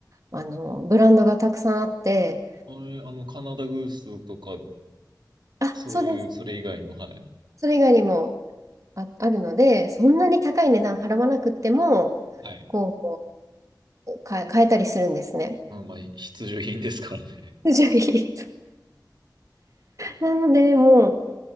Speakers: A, on the right (about 45°); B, on the right (about 85°).
A: あの、ブランドがたくさんあって、
B: あれ、あの、カナダグースとか
A: あ、
B: そういう、
A: そうです。
B: それ以外にも、はい。
A: それ以外にもあ、あるので、そんなに高い値段払わなくっても、
B: はい。
A: こ変え、変えたりするんですね。
B: まあまあ、必需品ですからね。
A: <laughs> 不条理なので、もう、